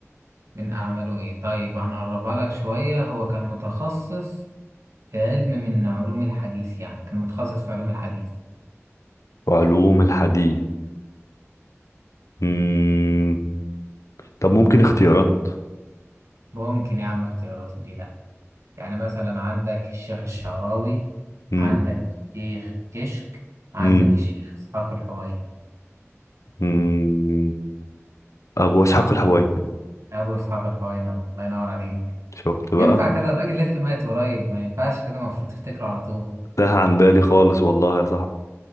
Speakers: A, on the right; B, on the left.
A: من اعماله ايه طيب هنقربها لك شوية هو كان متخصص في علم من علوم الحديث يعني كان متخصص في علوم الحديث
B: علوم الحديث مم. طب ممكن اختيارات
A: ممكن يا عم اختياراته دي يعني مثلا عندك الشيخ الشعراوي
B: مم.
A: عندك الشيخ كشك عندك
B: مم.
A: الشيخ إسحاق الحويني
B: مم. أبو إسحاق الحويني
A: أبو إسحاق الحويني الله ينور عليك
B: شفت بقى
A: ينفع كده الراجل لسه ميت قريب ما ينفعش كده المفروض تفتكره على طول
B: تاه عن بالي خالص والله يا صاحبي